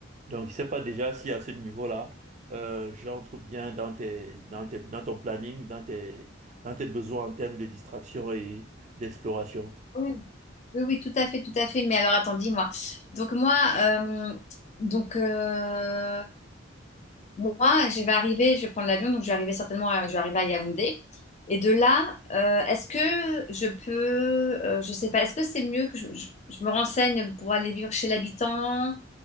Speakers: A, on the right (about 40°); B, on the left (about 35°).
A: Donc, je sais pas déjà si à ce niveau-là, euh, j'entre bien dans tes, dans tes, dans ton planning, dans tes, dans tes besoins en termes de distraction et d'exploration.
B: Oui, oui, oui, tout à fait, tout à fait. Mais alors, attends, dis-moi. Donc, moi, euh, donc, euh, Moi, je vais arriver, je vais prendre l'avion, donc je vais arriver certainement, à, je vais arriver à Yaoundé. Et de là, euh, est-ce que je peux, euh, je sais pas, est-ce que c'est mieux que je, je- je me renseigne pour aller vivre chez l'habitant?